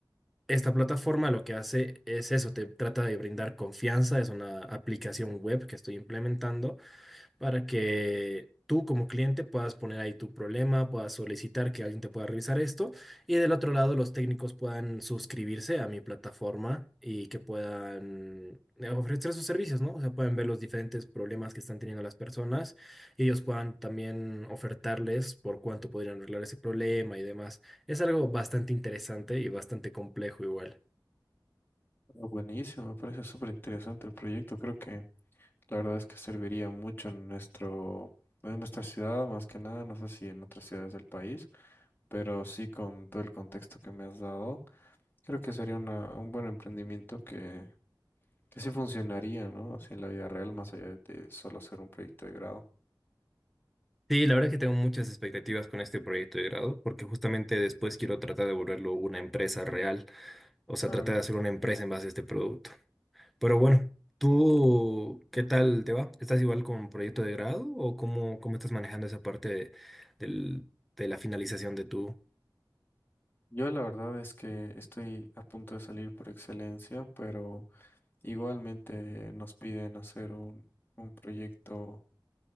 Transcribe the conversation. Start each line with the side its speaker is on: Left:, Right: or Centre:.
Centre: Esta plataforma lo que hace es eso, te trata de brindar confianza, es una aplicación web que estoy implementando para que tú como cliente puedas poner ahí tu problema, puedas solicitar que alguien te pueda revisar esto y del otro lado los técnicos puedan suscribirse a mi plataforma y que puedan eh, ofrecer sus servicios, ¿no? O sea, pueden ver los diferentes problemas que están teniendo las personas y ellos puedan también ofertarles por cuánto podrían arreglar ese problema y demás. Es algo bastante interesante y bastante complejo igual.
Left: Ah, Buenísimo, me parece súper interesante el proyecto. Creo que la verdad es que serviría mucho en nuestro, en nuestra ciudad, más que nada, no sé si en otras ciudades del país, pero sí con todo el contexto que me has dado, creo que sería una, un buen emprendimiento que, que sí funcionaría, ¿no? Así en la vida real, más allá de solo ser un proyecto de grado.
Centre: Sí, la verdad que tengo muchas expectativas con este proyecto de grado, porque justamente después quiero tratar de volverlo una empresa real. O sea,
Left: Claro.
Centre: traté de hacer una empresa en base a este producto. Pero bueno, ¿tú qué tal te va? ¿Estás igual con proyecto de grado o cómo, cómo estás manejando esa parte de, del- de la finalización de tu...
Left: Yo la verdad es que estoy a punto de salir por excelencia, pero Igualmente nos piden hacer un, un proyecto,